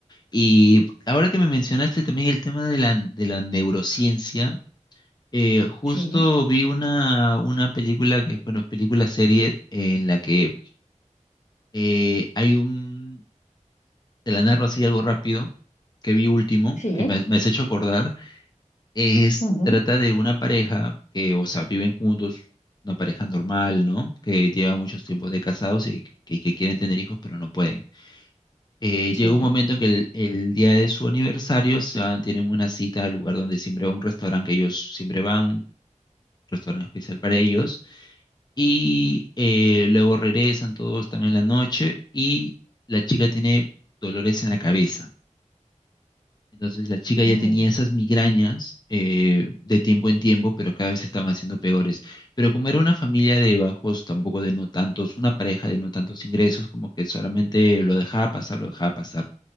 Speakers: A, on the left; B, on the left.
A: Y ahora que me mencionaste también el tema de la, de la neurociencia, eh, justo
B: Sí,
A: vi una, una película que, bueno, película serie en la que Eh, hay un, te la narro así algo rápido, que vi último,
B: sí,
A: que me, me has hecho acordar, es,
B: ujú,
A: trata de una pareja que, o sea, viven juntos, una pareja normal, ¿no? Que lleva muchos tiempos de casados y que, que quieren tener hijos, pero no pueden. Eh,
B: sí.
A: llega un momento en que el, el día de su aniversario se van, tienen una cita al lugar donde siempre va un restaurante que ellos siempre van, un restaurante especial para ellos Y eh, luego regresan, todos están en la noche y la chica tiene dolores en la cabeza. Entonces la chica
B: mm,
A: ya tenía esas migrañas eh, de tiempo en tiempo, pero cada vez se estaban haciendo peores. Pero como era una familia de bajos, tampoco de no tantos, una pareja de no tantos ingresos, como que solamente lo dejaba pasar, lo dejaba pasar.